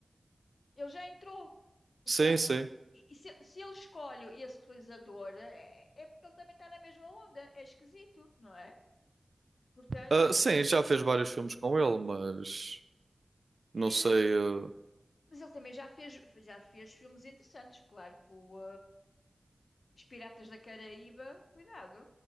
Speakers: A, on the left; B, on the right.
A: Ele já entrou. Portanto,
B: Sim, sim.
A: e, e se, se ele escolhe esse realizador, é, é porque ele também está na mesma onda. É esquisito, não é? Portanto,
B: Ah, sim, já fez vários filmes com ele, mas não
A: e-
B: sei. ah,
A: mas ele também já fez, já fez filmes interessantes, claro, com Os Piratas da Caraíba. Cuidado.